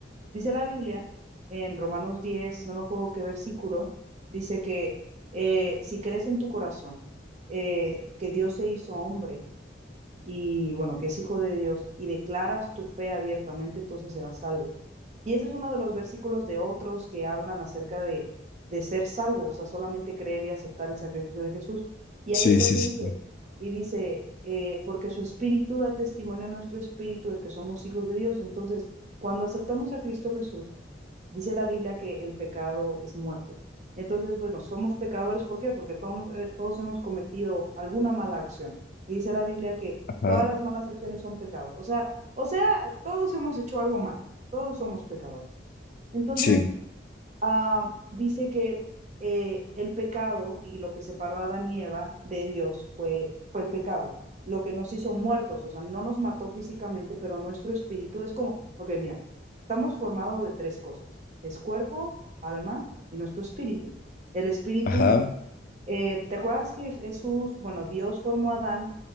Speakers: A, on the right (about 40°); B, on the left (about 50°).
A: Dice la Biblia en Romanos 10 no me acuerdo qué versículo, dice que eh, si crees en tu corazón eh, que Dios se hizo hombre y bueno, que es hijo de Dios, y declaras tu fe abiertamente, entonces serás salvo. Y ese es uno de los versículos de otros que hablan acerca de, de ser salvo, o sea, solamente creer y aceptar el sacrificio de Jesús. Y
B: Sí,
A: hay otro
B: sí,
A: que
B: sí.
A: dice, y dice, eh, porque su espíritu da testimonio a nuestro espíritu de que somos hijos de Dios. Entonces, cuando aceptamos a Cristo Jesús, Dice la Biblia que el pecado es muerte. Entonces, bueno, somos pecadores, ¿por qué? Porque to- eh, todos hemos cometido alguna mala acción. Y dice la Biblia que
B: Ah,
A: todas las malas acciones son pecado. O sea, o sea, todos hemos hecho algo malo, todos somos pecadores. Entonces,
B: sí,
A: ah, dice que eh, el pecado y lo que separó a Adán y Eva de Dios fue, fue el pecado, lo que nos hizo muertos, o sea, no nos mató físicamente, pero nuestro espíritu es como, ok, mira, estamos formados de tres cosas, es cuerpo, alma y nuestro espíritu. El espíritu
B: ajá,
A: eh, ¿te acuerdas que Jesús, bueno, Dios formó a Adán